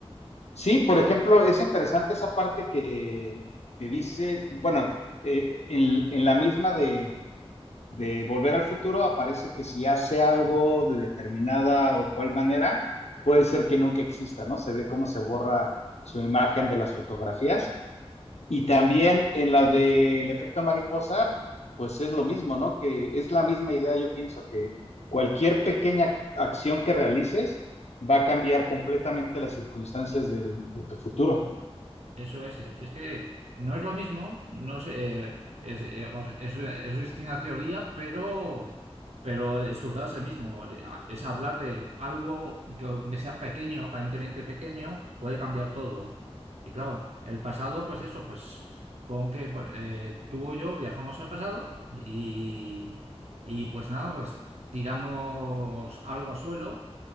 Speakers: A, on the left; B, on the right.
A: Sí, por ejemplo, es interesante esa parte que, que dice, bueno, eh, en, en la misma de, de Volver al Futuro aparece que si hace algo de determinada o cual manera, puede ser que nunca exista, ¿no? Se ve cómo se borra su imagen de las fotografías. Y también en la del efecto mariposa, pues es lo mismo, ¿no? Que es la misma idea, yo pienso, que cualquier pequeña acción que realices va a cambiar completamente las circunstancias del, de tu futuro.
B: Eso es, es es que no es lo mismo, no sé, eh, es, eh, vamos, es, es distinta teoría, pero, pero el resultado es el mismo. eh, a- Es hablar de algo que aunque sea pequeño, aparentemente pequeño, puede cambiar todo. Y claro, el pasado, pues eso, pues pon que bueno, eh, tú o yo viajamos al pasado y, y pues nada, pues tiramos algo al suelo,